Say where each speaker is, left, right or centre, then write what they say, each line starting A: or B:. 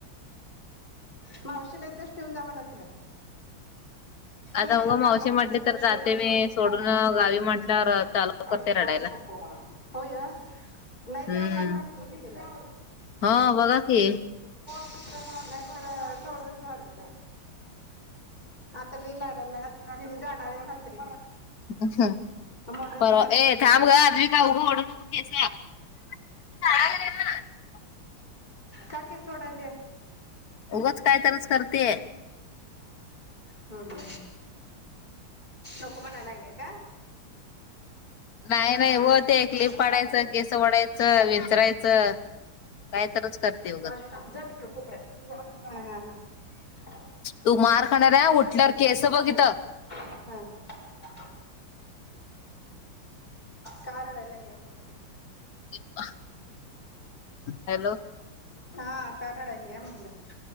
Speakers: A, on the left (about 20°); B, on the left (about 50°).
A: मावशीला इथेच ठेवून जा म्हणावं तिला
B: आता
A: दोघांना
B: उग
A: सांग
B: मावशी
A: भाजी
B: म्हटली
A: संपल्या
B: तर
A: शिवाय
B: जाते
A: परत
B: मी
A: रसच
B: सोडून
A: मिळणार दुसऱ्यांदा
B: गावी म्हटल्यावर चालू
A: ताटातली
B: करते रडायला.
A: भाजी संपव म्हनाव होय तेवढी
B: हम्म
A: नाहीतवा
B: ह बघा की
A: <unintelligible> नाही <inaudible> तर सोडून रहात आत लई लाडआलाय जाणार आहे सासरी
B: ह ह
A: म्हणून
B: परवा
A: का म्हणत
B: ए
A: असल.
B: थांब ग आज खाऊ गोड <unintelligible>
A: काकी सोडलिया
B: उगंच काय तरच करते
A: हम्म हम्म नको म्हणायला लागले का?
B: नाही नाही व ते एक ले
A: खूप
B: पडायचं
A: चांगलं आहे.
B: केस वडायचं विचारायचं काय तरच करते उगच
A: माझे टा जात तिकडे कोपर्‍यात <unintelligible>
B: तू मार खाणार आहे उठल्यावर केस बघ इथं
A: का रडाय लागली एवढ?
B: <inaudible> <inaudible> हॅलो
A: हा का रडायली म्हंटल